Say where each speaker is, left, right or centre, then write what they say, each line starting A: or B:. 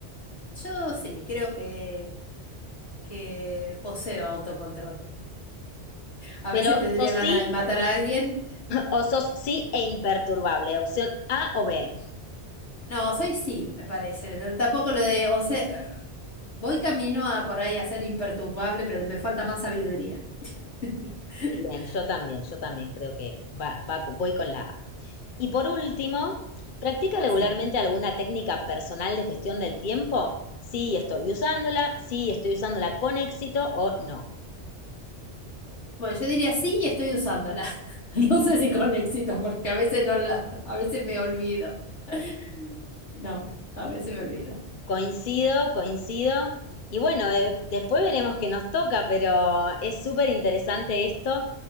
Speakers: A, on the left (about 80°); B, on the left (about 50°).
A: Yo sí, creo que, que poseo autocontrol. A
B: Pero
A: veces tendría
B: sos
A: ganas
B: sí
A: de matar a alguien.
B: o sos sí e imperturbable. Opción A o B.
A: No, soy sí, me parece. Tampoco lo de, o sea, eh, voy camino a por ahí a ser imperturbable, pero me falta más sabiduría. <laughs>
B: Bien, yo también, yo también creo que va, va- voy con la A. Y por último, ¿practica regularmente
A: Sí.
B: alguna técnica personal de gestión del tiempo? Sí, estoy usándola, sí, estoy usándola con éxito o no.
A: Bueno, yo diría sí y estoy usándola. <laughs> No sé si con éxito, porque a veces no la, a veces me olvido. <laughs> No, a veces me olvido.
B: Coincido, coincido. Y bueno, eh, después veremos qué nos toca, pero es súper interesante esto.